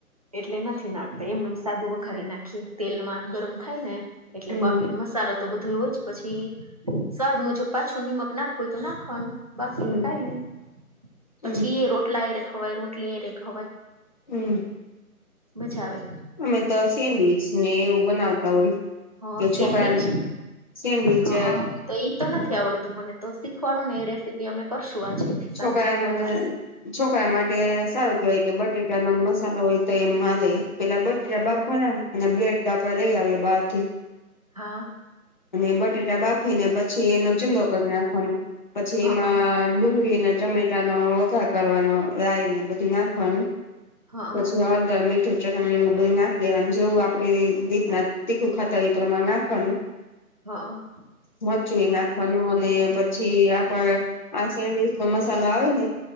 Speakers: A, on the right; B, on the left.
A: એટલે નથી નાખતા એમનુંમ સાદુ વખારી નાખ તેલ માં ગરમ થાય ને એટલે
B: હમ
A: બાકી
B: હમ
A: મસાલો તો બધો હોય જ પછી સ્વાદ મુજબ પાછું નિમક નાખવું હોય તો નાખવાનું બાકીને
B: હમ
A: કઈ નઈ પછી
B: હમ
A: એ રોટલા એર ખવાય રોટલી એરે ખવાય.
B: હમ.
A: મઝાઆવે,
B: અમે તો સેન્ડવીચ ને એવું બનાવતા હોય
A: હ
B: કે છોકરાને
A: સેન્ડવીચ
B: સેન્ડવીચ
A: હ તો ઈ તો નથી આવડતું મને તો શીખવાડો ને એ રેસીપી અમે કરશું આજે
B: <unintelligible> છોકરા
A: સાંજે
B: ને
A: નવરાશ
B: આપણા માટે આ સારું કેવાય કે બટેટાનો મસાલો હોય તો મલે પેલા બટયા
A: હા
B: બાફવાના અને બ્લેટ આપણે લઈ આવીએ બહારથી
A: હા.
B: અને બટેટા બાફ ને પછી એનો ચીંદો કરી નાખવાનો પછી એમાં
A: હ
B: ડુંગળીના ચમે નો વઘાર કરવાનો રાય ને બધું નાખવાનું
A: હા
B: પછી હળદર મીઠું ચટણીઓ એવ બધું નાખ દેવા જેવું આપણે રીતના તીખું ખાતા હોઈયે એ પ્રમાણે નાખવાનું
A: હા.
B: મર્ચુ એ નાખવાનું અને પછી આપડ આ સેન્ડવીચ નો મસાલો આવે ને